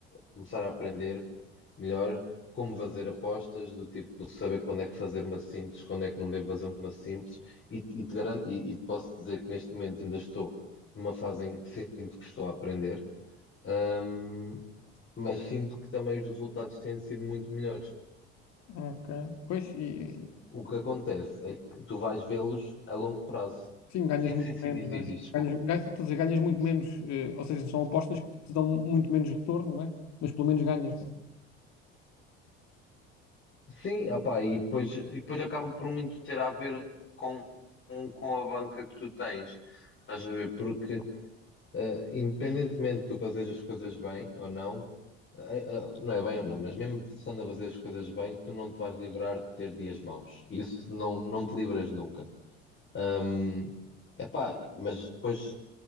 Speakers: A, on the left; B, on the left.
A: começar a aprender melhor como fazer apostas, do tipo saber quando é que fazer uma simples, quando é que não devo fazer uma simples, e, e te garanto, e, e te posso dizer que neste momento ainda estou numa fase em que sinto que estou a aprender, hum, mas sinto que também os resultados têm sido muito melhores.
B: ok. Pois, e, e-
A: O que acontece é que tu vais vê-los a longo prazo.
B: sim, ganhas
A: Sim,
B: muito
A: sim, sim,
B: menos,
A: diz, diz,
B: né?
A: diz, desculpa.
B: Ganhas, ganha, estou a dizer, ganhas muito menos, eh, ou seja, são apostas que te dão muito menos retorno, não é? Mas pelo menos ganhas, né?
A: Sim, opá, e depois, e depois acaba por muito ter a ver com, com a banca que tu tens. Estás a ver? Porque eh, independentemente de tu fazeres as coisas bem ou não, eh, eh, não é bem ou não, mas mesmo estando a fazer as coisas bem, tu não te vais livrar de ter dias maus. Isso não, não te livras nunca. Hum, epá, mas depois,